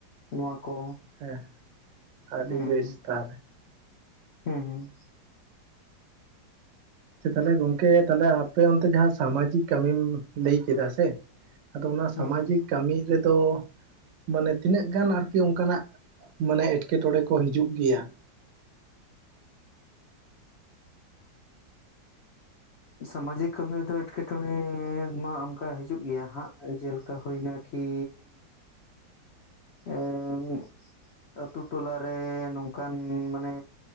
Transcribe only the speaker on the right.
ᱦᱮᱸ ᱟᱹᱰᱤ
ᱵᱮᱥ ᱛᱟᱦᱚᱞᱮ ᱾
ᱥᱮ ᱛᱟᱦᱚᱞᱮ ᱜᱚᱝᱠᱮ ᱛᱟᱦᱚᱞᱮ ᱟᱯᱮ ᱚᱱᱛᱮ ᱡᱟᱦᱟᱸ ᱥᱟᱢᱟᱡᱤᱠ ᱠᱟᱢᱤᱢ ᱞᱟᱹᱭ ᱠᱮᱫᱟ ᱥᱮ, ᱟᱫᱚ ᱚᱱᱟ
ᱥᱟᱢᱟᱡᱤᱠ
ᱠᱟᱢᱤ ᱨᱮᱫᱚ ᱢᱟᱱᱮ ᱛᱤᱱᱟᱹᱜ ᱜᱟᱱ ᱟᱨ ᱛᱤ ᱚᱱᱠᱟᱱᱟᱜ ᱢᱟᱱᱮ ᱮᱴᱠᱮᱴᱚᱬᱮ ᱠᱚ ᱦᱤᱡᱩᱜ ᱜᱮᱭᱟ ᱾